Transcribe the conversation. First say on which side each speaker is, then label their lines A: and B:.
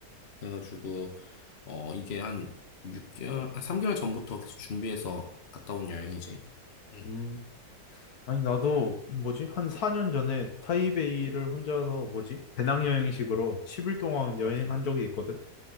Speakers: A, on the left (about 40°); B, on the left (about 65°).
A: 그래가지고, 어, 이게 한 6개월, 한 3개월 전부터 계속 준비해서 갔다 온 여행이지. 응,
B: 음, 아니, 나도 뭐지? 한 4년 전에 타이베이를 혼자서 뭐지? 배낭여행식으로 10일 동안 여행한
A: 맞지.
B: 적이 있거든?